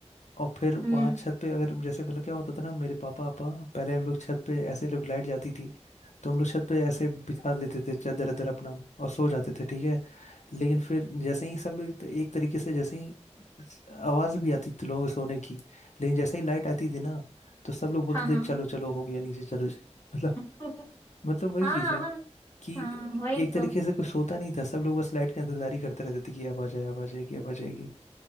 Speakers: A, on the left (about 80°); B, on the left (about 20°).
A: और फिर
B: हम्म
A: वहाँ छत पे अगर जैसे मतलब क्या होता था ना मेरे पापा पापा पहले हम लोग छत पे ऐसे जब लाइट जाती थी तो हम लोग छत पे ऐसे बिछा लेते थे चादर अदर अपना और सो जाते थे ठीक है लेकिन फिर जैसे ही सब लोग एक तरीके से जैसे ही आवाज भी आती थी लोगों के सोने की लेकिन जैसे ही लाइट आती थी ना तो सब लोग बोलते
B: हाँ
A: थे चलो चलो हो गया नीचे चलो मतलब
B: हाँ <laughs>
A: मतलब वही
B: हाँ
A: चीज है
B: हाँ
A: कि
B: हाँ वही
A: एक
B: तो
A: तरीके से कोई सोता नहीं था सब लोग बस लाइट का इंतजार ही करते रहते थे कि अब आ जाए अब आ जाएगी अब
B: हम्म,
A: आ जाएगी